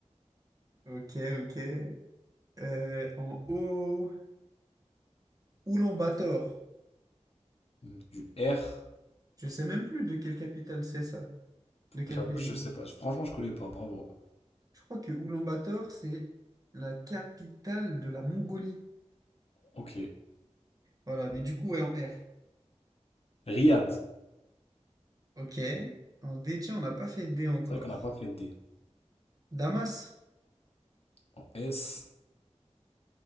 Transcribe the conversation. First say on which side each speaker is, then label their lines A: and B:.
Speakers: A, on the right; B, on the left.
A: Ok, ok. Euh, en haut, Oulan-Bator.
B: donc du R.
A: Je sais même plus de quelle capitale c'est ça, de quel
B: J'avoue,
A: pays.
B: je sais pas. Franchement, je connais pas. Bravo.
A: Je crois que Oulan-Bator, c'est la capitale de la Mongolie.
B: Ok.
A: Voilà, mais du coup, ouais, en R.
B: Riyad.
A: Ok. En D, tiens, on n'a pas fait D encore.
B: C'est vrai qu'on n'a pas fait de D.
A: Damas.
B: En S.